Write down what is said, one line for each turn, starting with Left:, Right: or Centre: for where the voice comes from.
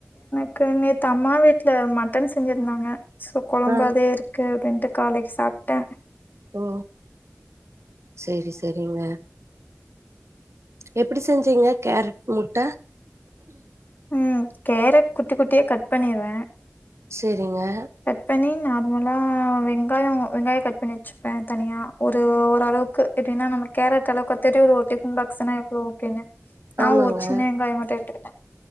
Left: க்கு நேத்து அம்மா வீட்ல மட்டன் செஞ்சிருந்தாங்க சோ கொழம்பதே
Right: ஆ
Left: இருக் க்கு ரெண்டு காலைக் சாப்ட்டே
Right: ஓ செரி செரிங்க எப்டி செஞ்சீங்க கேரட் முட்ட
Left: ம் கேரட் குட்டி குட்டியா கட் பண்ணிருவ
Right: செரிங்க
Left: கட் பண்ணி நார்மலா வெங்காயம் வெங்காயோ கட் பண்ணி வச்சு ப்ப தனி தனியா ஒரு ஓரளவுக்கு எப்டின்னா நம்ம கேரட் அளவுக்கு ஒத்தரு ஒரு டிஃபன் பாக்ஸ்னா எவ்ளோ அப்டின்னு நா
Right: ஆமாங்க
Left: ஒரு சின்ன வெங்காயம் மட்டும் எடுத்துக்கிட்ட